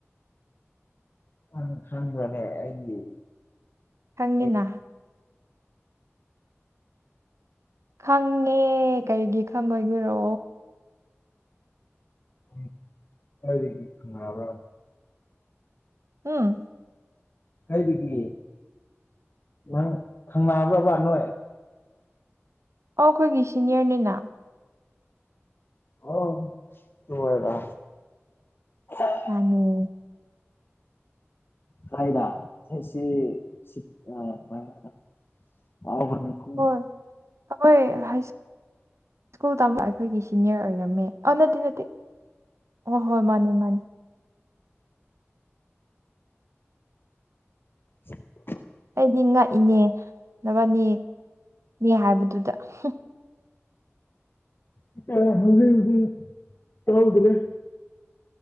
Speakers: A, on the left; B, on the right.
A: ꯈꯪ ꯈꯪꯕ꯭ꯔꯥꯅꯦ ꯑꯩꯒꯤ
B: ꯈꯪꯉꯤꯅ
A: ꯑꯩ
B: ꯈꯪꯉꯦ ꯀꯩꯒꯤ ꯈꯪꯉꯣꯏꯒꯦꯔꯣ
A: ꯎꯝ ꯀꯔꯤꯒꯤ ꯈꯪꯅꯕ꯭ꯔꯥ
B: ꯎꯝ
A: ꯀꯔꯤꯒꯤ ꯅꯪ ꯈꯪꯅꯕ꯭꯭ꯔꯥꯕ ꯅꯣꯏ
B: ꯑꯧ ꯈꯣꯏꯒꯤ ꯁꯤꯅꯤꯌꯔꯅꯤꯅ
A: ꯑꯧ ꯇꯨ ꯑꯣꯏꯔꯥ <unintelligible>
B: ꯃꯥꯅꯦ
A: ꯀꯥꯏꯗ <unintelligible> ꯁꯤꯐ ꯑꯥ <unintelligible> ꯃꯥ ꯎꯕ ꯃꯤꯀꯨꯞ
B: ꯍꯣꯏ ꯑꯈꯣꯏ ꯍꯥꯏꯁ ꯁ꯭ꯀꯨꯜ ꯇꯝꯕ ꯑꯩꯈꯣꯏꯒꯤ ꯁꯤꯅꯤꯌꯔ ꯑꯣꯏꯔꯝꯃꯦ ꯑꯣ ꯅꯠꯇꯦ ꯅꯠꯇꯦ ꯑꯣ ꯍꯣꯏ ꯃꯥꯅꯦ ꯃꯥꯅꯦ
A: <unintelligible>
B: ꯑꯩꯗꯤ ꯉꯛꯏꯅꯦ ꯅꯕꯥꯅꯤ ꯅꯦ ꯍꯥꯏꯕꯗꯨꯗ ꯍꯝ
A: ꯏꯀꯥꯏꯕꯅ <unintelligible> ꯇꯥꯍꯧꯗꯥꯔꯦ